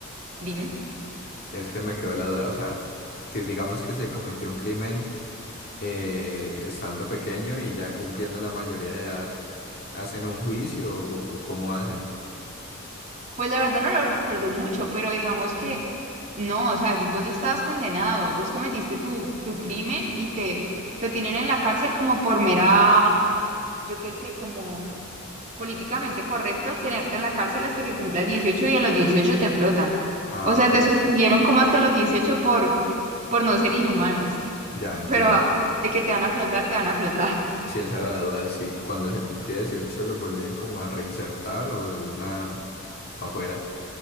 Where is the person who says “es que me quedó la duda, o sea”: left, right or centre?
Left